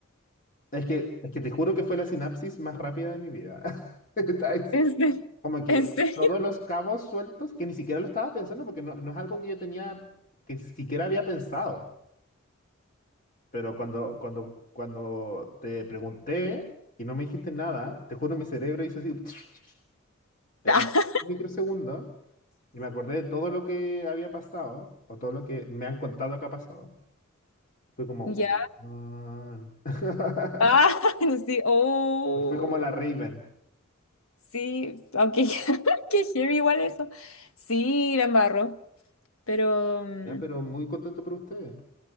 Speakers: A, on the left; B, on the left.
A: Es que, es que te juro que fue la sinapsis más rápida de mi vida. <laughs> Está esto.
B: ¿En serio?
A: Como que
B: ¿En serio?
A: todos los cabos sueltos, que ni siquiera lo estaba pensando, porque no, no es algo que yo tenía, que siquiera había pensado. Pero cuando, cuando, cuando te pregunté y no me dijiste nada, te juro mi cerebro hizo así... <tsk> en
B: <laughs>
A: microsegundos y me acordé de todo lo que había pasado o todo lo que me han contado que ha pasado. Fue como,
B: Ya,
A: wow. <laughs>
B: Ah, <laughs> sí, oh,
A: Fue como la Raven.
B: sí, aunque <laughs> qué heavy igual eso. Sí, la embarró, pero mm,
A: Ya, pero muy contento por ustedes.